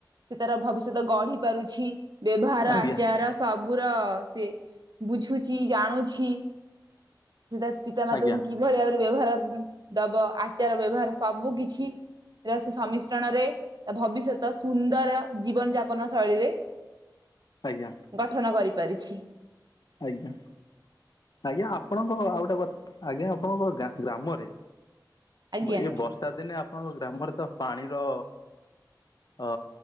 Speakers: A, on the right; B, on the left.
A: ସେ ତାର ଭବିଷ୍ୟତ ଗଢି଼ ପାରୁଛି ବ୍ୟବହାର
B: ଆଜ୍ଞା
A: ଆଚାର ସବୁର ସିଏ ବୁଝୁଛି ଜାଣୁଛି ସିଏ ତା ପିତା ମାତାଙ୍କୁ
B: ଆଜ୍ଞା
A: କିଭଳି ଭାବରେ ବ୍ୟବହାର ଦବ ଆଚାର ବ୍ୟବହାର ସବୁ କିଛି ସେ ସମ୍ମିଶ୍ରଣରେ ତା ଭବିଷ୍ୟତ ସୁନ୍ଦର ଜୀବନ ଯାପନ ଶୈଳୀରେ। <inaudible>
B: ଆଜ୍ଞା।
A: ଗଠନ କରିପାରିଛି।
B: ଆଜ୍ଞା ଆଜ୍ଞା ଆପଣଙ୍କ ଆଉ ଗୋଟେ କଥା ଆଜ୍ଞା ଆପଣଙ୍କ ଗ୍ରାମରେ ଏ
A: ଆଜ୍ଞା
B: ବର୍ଷ ବର୍ଷା ଦିନେ ଆପଣଙ୍କ ଗ୍ରାମରେ ତ ପାଣିର ଅ